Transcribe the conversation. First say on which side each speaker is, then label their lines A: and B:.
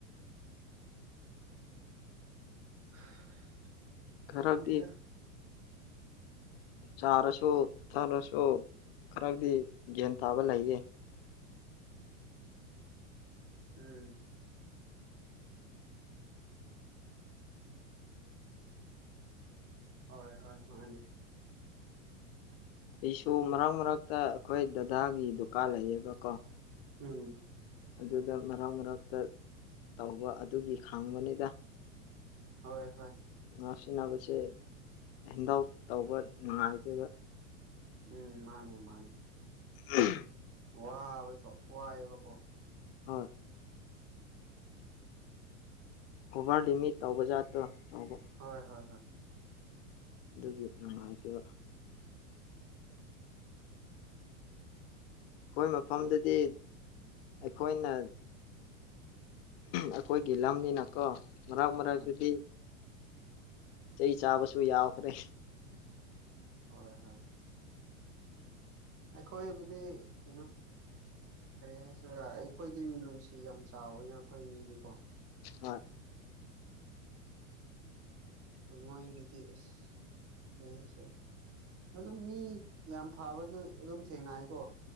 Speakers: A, on the right; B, on the left.
A: <unintelligible>
B: ꯈꯔꯗꯤ
A: ꯈꯪꯗꯦꯗ
B: ꯆꯥꯔꯁꯨ ꯊꯛꯔꯁꯨ ꯈꯔꯗꯤ ꯒ꯭ꯌꯥꯟ ꯇꯥꯕ ꯂꯩꯌꯦ
A: ꯎꯝ ꯍꯣꯏ ꯍꯣꯏ ꯃꯥꯅꯦ
B: ꯑꯩꯁꯨ ꯃꯔꯛ ꯃꯔꯛꯇ ꯑꯩꯈꯣꯏ ꯗꯗꯥꯒꯤ ꯗꯨꯀꯥꯟ ꯂꯩꯌꯦꯕ ꯀꯣ
A: ꯎꯝ
B: ꯑꯗꯨꯗ ꯃꯔꯛ ꯃꯔꯇ ꯇꯧꯕ ꯑꯗꯨꯒꯤ ꯈꯪꯕꯅꯤꯗ
A: ꯍꯣꯏ ꯍꯣꯏ
B: ꯉꯥꯛꯁꯤꯟꯅꯕꯁꯦ ꯍꯦꯟꯗꯜ ꯇꯧꯕ ꯅꯨꯡꯉꯥꯏꯇꯕ
A: ꯎꯝ ꯃꯥꯅꯦ ꯃꯥꯅꯦ
B: ꯎꯝ
A: ꯋꯥꯕꯀꯣ ꯋꯥꯏꯑꯕꯀꯣ
B: ꯍꯣꯏ ꯑꯣꯚꯔ ꯂꯤꯃꯤꯠ ꯇꯧꯕ ꯖꯥꯠꯇꯣ ꯇꯧꯕ
A: ꯍꯣꯏ ꯍꯣꯏ ꯍꯣꯏ
B: ꯑꯗꯨꯒꯤ ꯅꯨꯡꯉꯥꯏꯇꯕ ꯑꯩꯈꯣꯏ ꯃꯐꯝꯗꯗꯤ ꯑꯩꯈꯣꯏꯅ ꯑꯩꯈꯣꯏꯒꯤ ꯂꯝꯅꯤꯅꯀꯣ ꯃꯛ ꯃꯔꯛꯇꯗꯤ
A: ꯍꯣꯏ
B: ꯆꯩ ꯆꯥꯕꯁꯨ ꯌꯥꯎꯈ꯭ꯔꯦ
A: ꯍꯣꯏ ꯍꯣꯏ ꯑꯩꯈꯣꯏꯕꯨꯗꯤ ꯀꯩꯅꯣ ꯀꯔꯤ ꯍꯥꯏꯁꯤꯔ ꯑꯩꯈꯣꯏꯗꯤ ꯃꯤꯅꯨꯡꯁꯤ ꯌꯥꯝ ꯆꯥꯎꯋꯤꯅ ꯑꯩꯈꯣꯏ ꯃꯤꯗꯤꯀꯣ
B: ꯍꯣꯏ
A: ꯃꯒꯤ ꯏꯗꯤꯁ ꯑꯦ ꯁꯦ ꯑꯗꯨꯝ ꯃꯤ ꯌꯥꯝ ꯐꯕꯗ ꯑꯗꯨꯝ ꯊꯦꯡꯅꯌꯦꯀꯣ